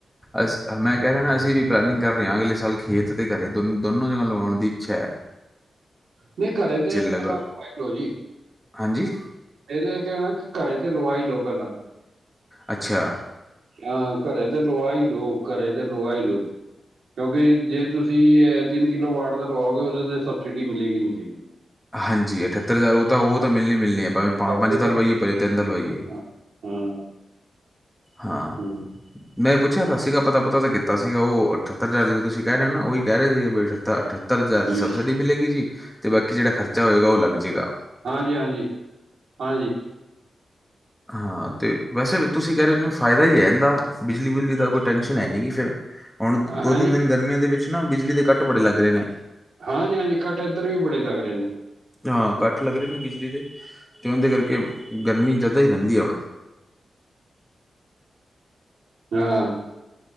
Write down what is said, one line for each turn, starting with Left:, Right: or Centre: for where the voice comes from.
Centre: ਅਸ, ਮੈਂ ਕਹਿ ਰਿਹਾ ਨਾ ਅਸੀਂ ਵੀ ਪਲੈਨਿੰਗ ਕਰ ਰਹੇ ਹਾਂ ਅਗਲੇ ਸਾਲ ਖੇਤ ਤੇ ਘਰੇ ਦੋਨ -ਦੋਨੋਂ ਜਗ੍ਹਾ ਲਵਾਉਣ ਦੀ ਇੱਛਾ ਐ।
Right: ਨਹੀਂ ਘਰੇ ਤੇ
Centre: ਲਗਾ
Right: <unintelligible> ਲੋਓ ਜੀ।
Centre: ਹਾਂਜੀ
Right: ਇਹਦੇ ਕਹਿਣਾ ਨਾਲ ਘਰੇ ਤੇ ਲਵਾਈ ਲੋਓ ਪਹਿਲਾਂ।
Centre: ਅੱਛਾ।
Right: ਹਾਂ ਘਰੇ ਤੇ ਲਵਾਈ ਲੋਓ ਘਰੇ ਤੇ ਲਵਾਈ ਲੋਓ। ਕਿਉਂਕਿ ਜੇ ਤੁਸੀਂ ਤਿੰਨ ਕਿਲੋ ਵਾਟ ਦਾ ਲਓਗੇ ਉਹਦੇ ਤੇ ਸਬਸਿਡੀ ਮਿਲੇਗੀ- ਮਿਲੇਗੀ।
Centre: ਹਾਂਜੀ ਅਠੱਤਰ ਹਜ਼ਾਰ ਉਹ ਤਾਂ ਉਹ ਤਾਂ ਮਿਲਣੀ- ਮਿਲਣੀ ਹੈ ਭਾਂਵੇ
Right: ਘੱਟ
Centre: ਪੰਜ
Right: ਤੇ ਸਬਸਿਡੀ
Centre: ਤਾਂ ਲਵਾਈਏ ਭਾਵੇ ਤਿੰਨ ਤ ਲਵਾਈਏ।
Right: ਹਾਂ ਹਾਂ
Centre: ਹਾਂ।
Right: ਹੂੰ
Centre: ਮੈਂ ਪੁੱਛਿਆ ਤਾਂ ਸੀਗਾ ਪਤਾ -ਪੁਤਾ ਤਾਂ ਕੀਤਾ ਸੀਗਾ ਉਹ ਅਠੱਤਰ ਹਜ਼ਾਰਂ ਤੁਸੀਂ ਕਹਿ ਰਹੇ ਹੋ ਨਾ ਉਹੀ ਕਹਿ ਰਹੇ ਸੀਗੇ ਬਾਈ ਅਠੱ-ਅਠੱਤ ਅੱਠਤਰ ਹਜ਼ਾਰ
Right: ਹੂੰ
Centre: ਦੀ ਸਬਸਿਡੀ ਮਿਲੇਗੀ ਜੀ ਤੇ ਬਾਕੀ ਜੇੜਾ ਖਰਚਾ ਹੋਏਗਾ ਓ ਲੱਗ ਜੇਗਾ।
Right: ਹਾਂ ਜੀ। ਹਾਂ ਜੀ- ਹਾਂਜੀ।
Centre: ਹਾਂ ਤੇ ਵੈਸੇ ਤੁਸੀਂ ਕੈ ਰੇ ਓ ਫਾਇਦਾ ਈ ਐ ਏਂਦਾ। ਬਿਜਲੀ ਬੁਜਲੀ ਦਾ ਕੋਈ ਟੈਸ਼ਨ ਹੈ ਨੀ ਫਿਰ। ਹੁਣ ਦੋ
Right: ਹਾਂਜੀ
Centre: -ਤਿੰਨ ਦਿਨ ਗਰਮੀਆਂ ਦੇ ਵਿੱਚ ਨਾ ਬਿਜਲੀ ਦੇ ਕੱਟ ਬੜੇ ਲੱਗ ਰਹੇ ਨੇ।
Right: ਹਾਂ ਜੀ ਹਾਂਜੀ ਕੱਟ ਇਧੱਰ ਵੀ ਬੜੇ ਲੱਗ ਰਹੇ ਨੇ।
Centre: ਜੀ ਹਾਂ ਕੱਟ ਲੱਗ ਰੇ ਨੇ ਬਿਜਲੀ ਦੇ, ਤੇ ਉਨ ਦੇ ਕਰਕੇ ਗਰਮੀ ਜਾਦਾ ਈ ਰੈਂਦੀ ਹੁਣ।
Right: ਹਾਂ